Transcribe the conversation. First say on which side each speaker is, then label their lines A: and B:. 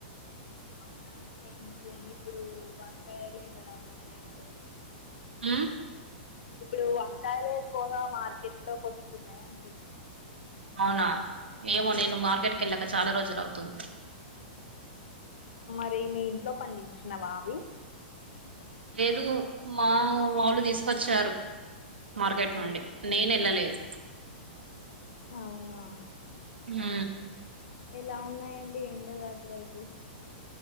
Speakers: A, on the left (about 60°); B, on the right (about 75°).
A: అవునా సేమ్ సేమ్ ఇప్పుడు వంకాయలే కదా అండి నడుస్తున్నా
B: ఉమ్
A: ఇప్పుడు వంకాయ్లే ఎక్కువగా మార్కెట్లోకి వస్తున్నాయి అంటున్నాను
B: అవునా ఏమో నేను మార్కెట్కిెళ్ళ క చాలా రోజులు అవుతుంది
A: ఇవి మీ ఇంట్లో పండించినవా అవి
B: లేదు మా మాళ్ళు తీస్కొచ్చారు మార్కెట్ నుండి నేను ఏళ్ళలేదు
A: అవునా
B: ఆ
A: ఎలా ఉన్నాయండి యండల్లాటువైపు